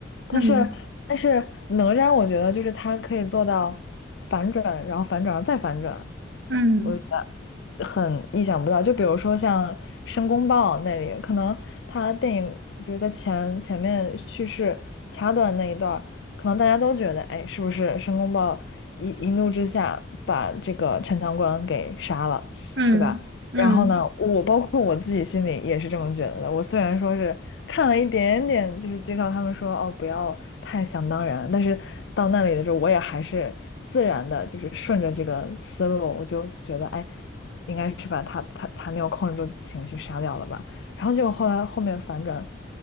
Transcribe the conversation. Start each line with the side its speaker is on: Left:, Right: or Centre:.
Left: 但是但是哪吒，
Right: 嗯
Left: 我觉得就是他可以做到反转，然后反转，然后再反转，
Right: 嗯
Left: 我觉得很意想不到。就比如说像申公豹那里，可能他电影就是在前前面叙事掐断那一段儿可能大家都觉得，哎，是不是申公豹一一怒之下把这个陈塘关给杀了，
Right: 嗯嗯，
Left: 对吧？然后呢，我包括我自己心里也是这么觉得的。我虽然说是看了一点点，就是知道他们说哦不要太想当然，但是到那里的时候，我也还是自然的，就是顺着这个思路，我就觉得哎，应该是把他他他没有控制住情绪杀掉了吧。然后结果后来后面反转，